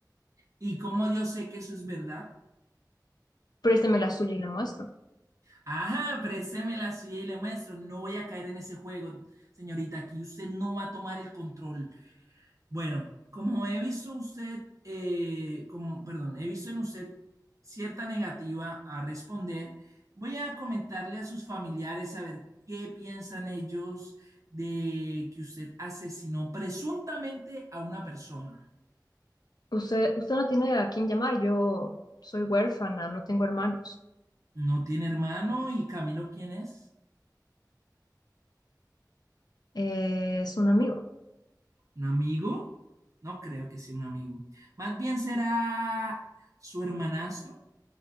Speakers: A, on the right; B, on the left.
A: ¿Y cómo yo sé que eso es verdad?
B: Présteme la suya y la muestro.
A: Ajá, présteme la suya y le muestro. No voy a caer en ese juego, señorita. Aquí usted no va a tomar el control. Bueno, como he visto usted, eh, como, perdón, he visto en usted cierta negativa a responder, voy a comentarle a sus familiares a ver qué piensan ellos de que usted asesinó presuntamente a una persona.
B: Usted, usted no tiene a quién llamar, yo soy huérfana, no tengo hermanos.
A: No tiene hermano y Camilo, ¿quién es?
B: Eh, es un amigo.
A: ¿Un amigo? No creo que sea un amigo. Más bien será su hermanastro.